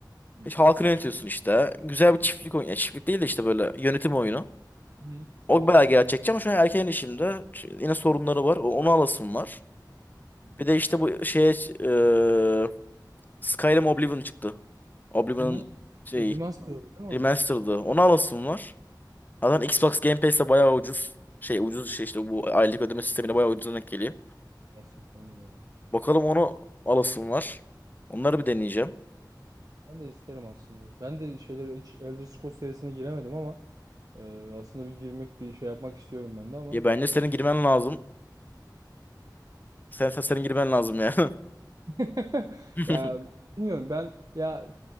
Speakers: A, on the right; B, on the left.
A: Hı,
B: Hiç halkını
A: süper.
B: yönetiyorsun işte. Güzel bir çiftlik oyunu. ya Çiftlik değil de işte böyle yönetim oyunu.
A: Hı, severim.
B: O bayağı gerçekçi ama şu an erken işimde yine sorunları var. O- Onu alasım var.
A: Belki.
B: Bir de işte bu şeye e, Skyrim Oblivion çıktı. Oblivion'ın
A: Hı hı.
B: şey
A: Şey, Remastered'ı değil mi
B: remastered'ı.
A: onun?
B: Onu alasım var. Zaten Xbox Game Pass'te bayağı ucuz. Şey ucuz şey işte bu aylık ödeme sistemine bayağı ucuz denk geliyor.
A: Gerçekten öyle ya.
B: Bakalım onu alasım var. Onları bir deneyeceğim.
A: Ben de isterim aslında. Ben de şeyleri hiç Elder Scrolls serisine giremedim ama e, aslında bir girmek bir şey yapmak istiyorum ben de ama
B: Ya bence senin
A: bak
B: girmen lazım. Sen, sen senin girmen lazım ya.
A: <laughs>
B: <laughs>
A: ya bilmiyorum ben ya